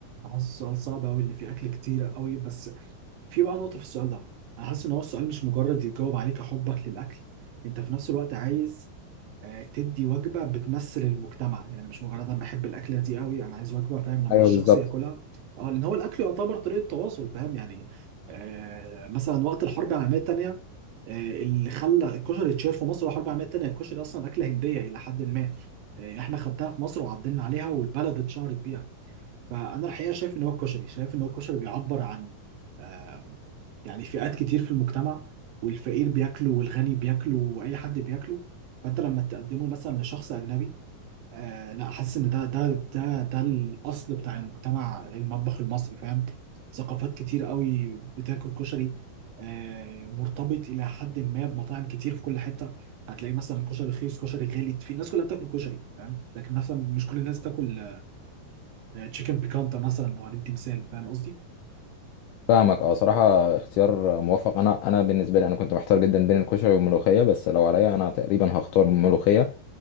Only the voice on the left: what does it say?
ايوه
بالظبط
فاهمك اه صراحة اختيار موفق انا انا بالنسبة لي انا كنت محتار جدا بين الكشري والملوخية بس لو عليا انا تقريبا هختار الملوخية